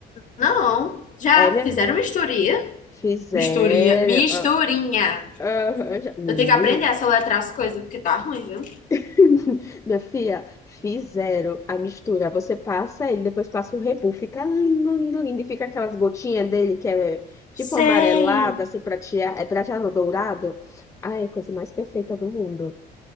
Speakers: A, on the left; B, on the left.
A: Não. Já
B: É, minha...
A: fizeram misturia?
B: Fizeram.
A: Misturia. Misturinha.
B: ah, ah, já... Menina.
A: Eu tenho que aprender a soletrar as coisas, porque tá ruim, viu?
B: <laughs> Minha filha, fizeram a mistura. Você passa ele, depois passa o rebu. Fica lindo, lindo, lindo. E fica aquelas gotinhas dele que é eh, tipo
A: Sei.
B: amarelada, assim, prateado, é prateado dourado. Ai, coisa mais perfeita do mundo.